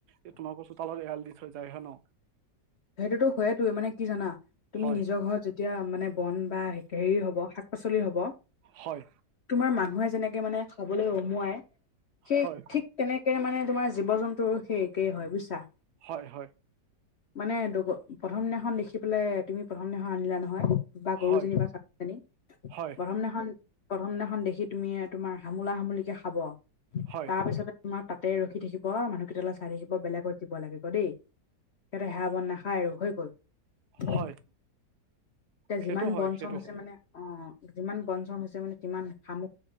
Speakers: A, on the right; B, on the left.
A: এ তোমালোকৰ চোতালত এৰাল দি থৈ যায় হ ন'?
B: সেইটোতো হয়েইটো মানে কি জানা তুমি
A: হয়
B: নিজৰ ঘৰত যে তিয়া মানে বন বা হেৰি হ'ব শাক পাচলি হ'ব।
A: হয়।
B: তোমাৰ মানুহে যেনেকে মানে খাবলৈ অমোৱাই, সেই
A: হয়
B: ঠিক তেনেকে মানে তোমাৰ জীৱ-জন্তুৰো সেই একেই হয় বুজিছা।
A: হয়, হয়।
B: মানে ড'গ, প্ৰথম দিনাখন দেখি পেলাই তুমি প্ৰথম দিনাখন আনিলা নহয়। বা গৰুজনী
A: হয়
B: বা চাকজনী,
A: হয়
B: প্ৰথম দিনাখন প্ৰথম দিনাখন দেখি তুমি তোমাৰ হামোলা-হামূলিকে খাব।
A: হয়।
B: তাৰপিছতে তোমাক তাতে ৰখি থাকিব মানুহকেইটালৈ চাই থাকিব, বেলেগত দিব লাগিব দেই। সিহঁতে সেয়া বন নাখায় আৰু হৈ গ'ল।
A: হয়
B: এতিয়া
A: সেইটো
B: যিমান
A: হয়
B: বন-চন
A: সেইটো
B: হৈছে
A: হয়
B: মানে অ যিমান বন-চন হৈছে মানে সিমান শামুক